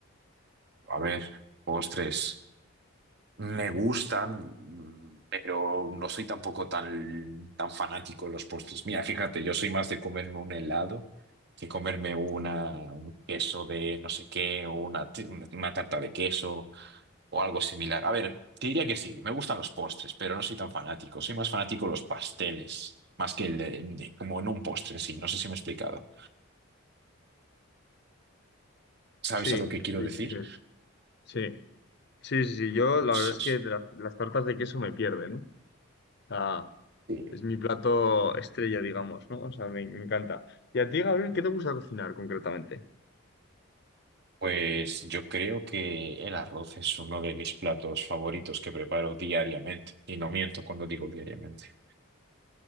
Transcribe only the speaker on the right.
A ver, postres. Me gustan, pero no soy tampoco tan, tan fanático de los postres. Mira, fíjate, yo soy más de comerme un helado que comerme una, un queso de no sé qué, o una, t- una tarta de queso o algo similar. A ver, te diría que sí, me gustan los postres, pero no soy tan fanático. Soy más fanático de los pasteles, más que el de- como no un postre en sí. No sé si me he explicado. ¿Sabes
a lo que quiero
decir?
Pues
eso.
sí.
Pues yo creo que el arroz es uno de mis platos favoritos que preparo diariamente, y no miento cuando digo diariamente.